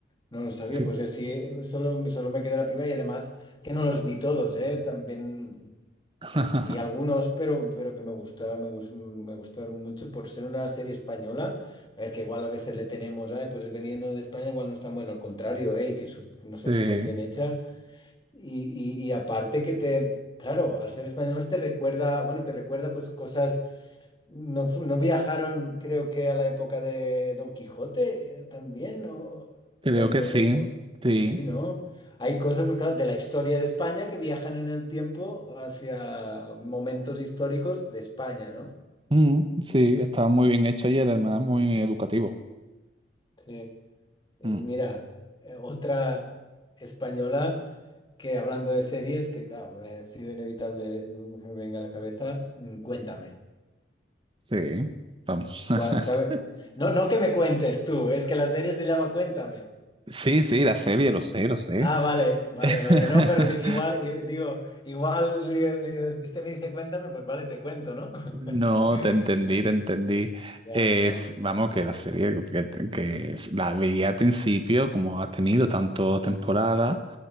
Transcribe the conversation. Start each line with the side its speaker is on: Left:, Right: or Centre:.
Left: No lo sabía,
Right: sí,
Left: pues eh, sí, eh, solo, solo me quedé la primera y además que no los vi todos, ¿eh? También
Right: <laughs>
Left: te- vi algunos, pero, pero que me gustó, me gus- me gustaron mucho por ser una serie española, eh, que igual a veces le tenemos, "Ay, pues veniendo de España igual no es tan bueno, al contrario, ¿eh? Y que su- no sé,
Right: sí,
Left: súper bien hecha. Y, y, y aparte que te, claro, al ser españoles te recuerda, bueno, te recuerda pues cosas no, fu- no viajaron, creo que a la época de Don Quijote eh, también, ¿no?
Right: creo
Left: Igual
Right: que
Left: me...
Right: sí,
Left: igual-
Right: sí.
Left: Sí, ¿no? Hay cosas, pues claro, de la historia de España que viajan en el tiempo hacia momentos históricos de España, ¿no?
Right: Mm, sí, estaba muy bien hecha y además muy educativo.
Left: Sí. Y
Right: Mm,
Left: Mira, eh, otra española que hablando de series, que claro, me ha sido inevitable mm, que me venga a la cabeza, mm, cuéntame.
Right: sí, vamos. <laughs>
Left: ¿Cuál- sabe? No, no que me cuentes tú, es que la serie se llama Cuéntame.
Right: Sí, sí, la serie, lo sé, lo sé.
Left: Ah, vale, vale,
Right: <laughs>
Left: vale. No, pero di que igual, eh, digo, igual, digo, digo, este me dice cuéntame, pues vale, te cuento, ¿no? <laughs>
Right: No, te entendí, te entendí.
Left: Ya,
Right: Es,
Left: ya.
Right: vamos, que la serie que, que es- la veía al principio, como ha tenido tantas temporadas,